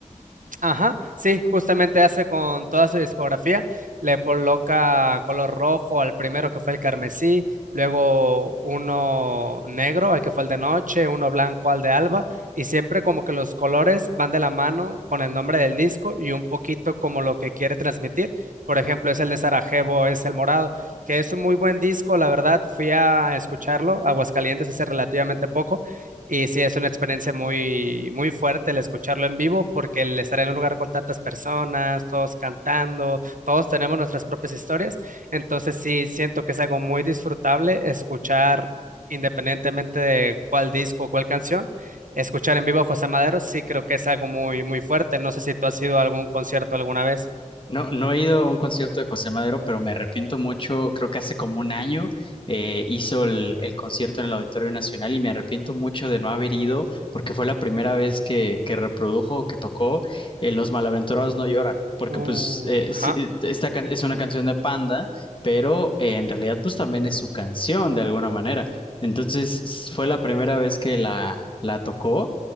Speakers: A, on the right; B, on the left.
A: Ajá, sí, justamente hace con toda su discografía, le coloca color rojo al primero que fue el carmesí, luego uno negro al que fue el de noche, uno blanco al de alba, y siempre como que los colores van de la mano con el nombre del disco y un poquito como lo que quiere transmitir. Por ejemplo, es el de Sarajevo, es el morado, que es un muy buen disco, la verdad, fui a escucharlo, a Aguascalientes hace relativamente poco, y sí, es una experiencia muy, muy fuerte el escucharlo en vivo, porque el estar en un lugar con tantas personas, todos cantando, todos tenemos nuestras propias historias. Entonces sí, siento que es algo muy disfrutable escuchar, independientemente de cuál disco o cuál canción, escuchar en vivo a José Madero, sí creo que es algo muy, muy fuerte. No sé si tú has ido a algún concierto alguna vez.
B: No, no he ido a un concierto de José Madero, pero me arrepiento mucho. Creo que hace como un año eh, hizo el, el concierto en el Auditorio Nacional y me arrepiento mucho de no haber ido porque fue la primera vez que, que reprodujo, que tocó eh, Los Malaventurados No Lloran, porque
A: Uh,
B: pues eh,
A: ajá.
B: sí, eh, esta can- es una canción de Panda, pero eh, en realidad pues también es su canción de alguna manera. Entonces s- fue la primera vez que la, la tocó